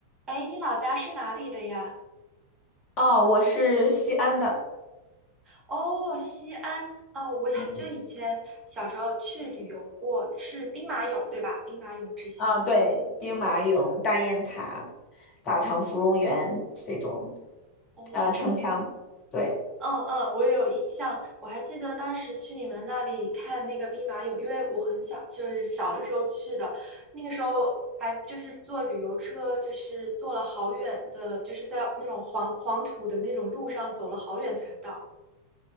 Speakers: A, on the right; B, on the left.
A: 哎，你老家是哪里的呀？
B: 哦，我是西安的，
A: 哦，西安。哦，我很久以前小时候去旅游过，
B: 嗯，嗯
A: 是兵马俑，对吧？兵马俑之乡。
B: 啊，对，兵马俑、大雁塔、大唐芙蓉园这种，
A: 哦，
B: 呃，城墙，对，
A: 嗯嗯，我也有印象。我还记得当时去你们那里看那个兵马俑，因为我很小，就是小的时候去的，那个时候还就是坐旅游车，就是坐了好远的，就是在那种黄黄土的那种路上走了好远才到。